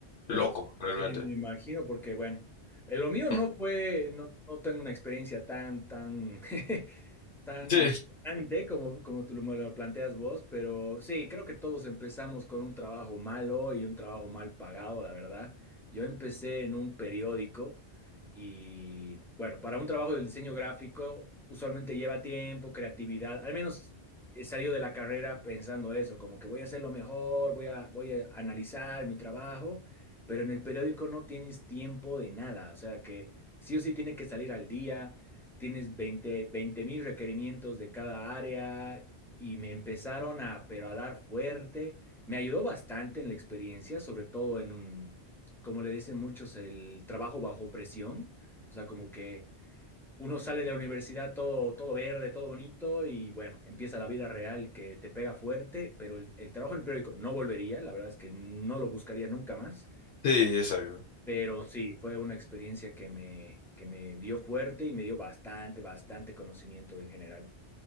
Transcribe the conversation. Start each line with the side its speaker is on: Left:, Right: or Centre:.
Centre: Pero
Left: loco, realmente.
Centre: sí, me imagino, porque bueno, eh, lo mío no
Left: <laughs>
Centre: fue, no, no tengo una experiencia tan, tan, <laughs> tan
Left: Sí,
Centre: importante como, como tú lo- me lo planteas vos, pero sí, creo que todos empezamos con un trabajo malo y un trabajo mal pagado, la verdad. Yo empecé en un periódico y bueno, para un trabajo del diseño gráfico usualmente lleva tiempo, creatividad, al menos he salido de la carrera pensando eso, como que voy a hacer lo mejor, voy a, voy a analizar mi trabajo pero en el periódico no tienes tiempo de nada, o sea que sí o sí tiene que salir al día, tienes veinte, 20 mil requerimientos de cada área y me empezaron a, pero a dar fuerte, me ayudó bastante en la experiencia, sobre todo en un, como le dicen muchos, el trabajo bajo presión, o sea, como que uno sale de la universidad todo, todo verde, todo bonito y bueno, empieza la vida real que te pega fuerte, pero el, el trabajo en el periódico no volvería, la verdad es que no lo buscaría nunca más.
Left: sí, exacto.
Centre: Pero sí, fue una experiencia que me, que me dio fuerte y me dio bastante, bastante conocimiento en general.